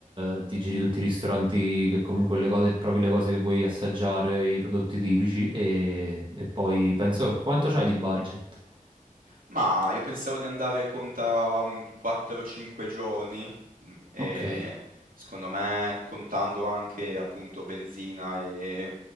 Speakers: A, on the right; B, on the right.
A: eh, ti giri tutti i ristoranti che comunque le cose, provi le cose che vuoi assaggiare, i prodotti tipici e, e poi penso quanto c'hai di budget?
B: Ma io pensavo di andare conta un 4-5 giorni mm, e
A: Ok,
B: secondo me contando anche appunto benzina e,